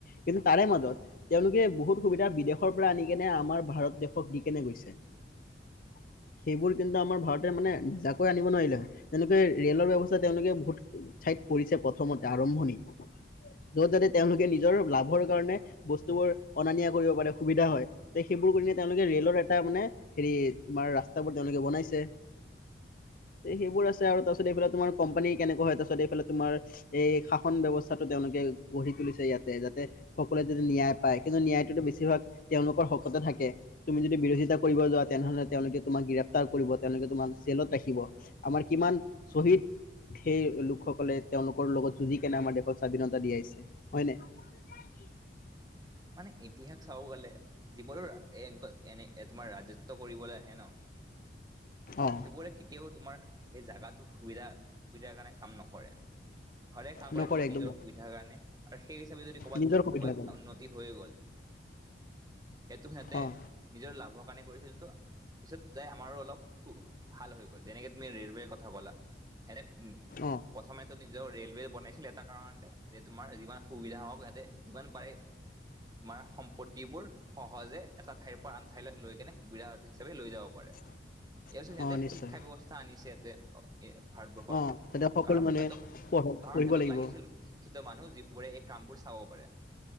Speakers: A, on the left; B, on the right.
A: কিন্তু তাৰে মাজত তেওঁলোকে বহুত সুবিধা বিদেশৰ পৰা আনি কেনে আমাৰ ভাৰত দেশক দি কেনে গৈছে। <unintelligible> সেইবোৰ কিন্তু আমাৰ ভাৰতে মানে নিজাকৈ আনিব নোৱাৰিলে, যেনেকে ৰেলৰ ব্যৱস্থা তেওঁলোকে বহুত- ঠ পৰিছে প্ৰথমতে আৰম্ভণি, যত যাতে তেওঁলোকে নিজৰ লাভ- কাৰণে বস্তুবোৰ অনা নিয়া কৰিব পাৰে সু, বিধা হয় তে সেইবোৰ কৰিনে তেওঁলোকে ৰে'লৰ এটা মানে হেৰি তোমাৰ ৰাস্তাবোৰ তেওঁলোকে বনাইছে। সেইবোৰ আছে আৰু তাৰ পিছত এইফালে তোমাৰ কোম্পানী কেনেকুৱা হয় তাৰ পিছত এইফালে তোমাৰ এই শাসন বিৱস্থা তেওঁলোকে গঢ়ি তুলিছে ইয়াতে যাতে, - সকলোৱে যদি ন্যায় পায় কিন্তু ন্যায়টোতো বেছিভাগ তেওঁলোকৰ শকতে থাকে তুমি যদি বিৰোধিতা কৰিব। তেনেহলে তেওঁলোকে তোমাক গ্ৰেপ্তাৰ কৰিব, তেওঁলোকে তোমাক জেলত ৰাখিব আমাৰ কিমান শ্বহীদ সেই লোকসকলে তেওঁলোকৰ লগত যুঁজি কেনে দেশৰ স্বাধীনতা দিয়াইছে হয় নাই? <unintelligible>
B: মানে ইতিহাস চাব গলে যিবোৰো এ এনে তোমাৰ ৰাজত্ব কৰিবলৈ আহে ন? অ
A: অ
B: সেইবোৰে কেতিয়াও তোমাৰ সেই জাগাটোৰ সুবিধা সুবিধাৰ কাৰণে কাম নকৰে। ঘৰে কাম
A: নকৰে
B: কৰে তোমাৰ
A: একদম
B: নিজৰ সুবিধাৰ কাৰণে আৰু সেই হিচাপে যদি ক'ৰবাত
A: নিজৰ সুবিধা
B: কিবা এটা
A: কৰে
B: উন্নতি হৈ গ'ল। সেইটো সিহঁতে
A: অঁ
B: নিজৰ লাভৰ কাৰণে কৰিছিল ত পিছত যাই আমাৰো অলপ- ভাল হৈ গ'ল যেনেকে তুমি ৰেলৱে কথা ক'লা হেনেক-
A: অঁ
B: প্ৰথমে টো নিজৰ ৰেলৱে বনাইছিল এটা কাৰণতে যে তোমাৰ যিমান সুবিধা হওক সিহতে যিমান পাৰে। তোমাৰ সম্পত্তিবোৰ সহজে এটা ঠাইৰ পৰা আন ঠাইলৈ লৈ কেনে সুবিধা হিচাপে লৈ যাব পাৰে।
A: <unintelligible>
B: ইয়াৰ পিছত ইয়াতে
A: নিশ্চয়
B: শিক্ষা ব্যৱস্থা আনিছে ইয়াতে ভাৰতবৰ্ষত।
A: অঁ তাতে সকলো
B: কাৰণ
A: মানে
B: সিহঁতক
A: পঢ়ক
B: কাৰণ
A: পঢ়িব
B: সিহতক
A: লাগিব
B: লাগিছিল শিক্ষিত মানু্হ যিবোৰ বোৰে এই কামবোৰ চাব পাৰে।